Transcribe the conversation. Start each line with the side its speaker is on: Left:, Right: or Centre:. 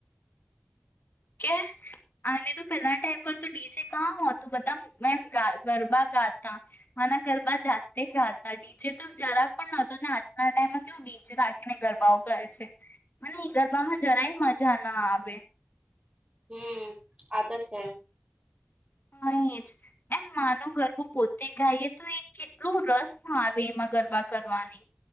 Left: ક્યા અને તો પહેલા ટાઈમ પર તો ડીસે કા હોતું બધા મો મ ગરબા ગા અને ગરબા જાતે તે ગા તા ડીજે તો જરાક પણ નહોતો ને આજ પણ આ ટાઈમ <unintelligible> અને ગરબાઓ કર છે મને એ ગરબામાં જરાય મજા ના આવે
Right: હમ્મ આ તો છે
Left: <unintelligible> એમ માનું ગરવું પોતે ગાઈએ તો એ કેટલું રસ આવે એમાં ગરબા કરવાની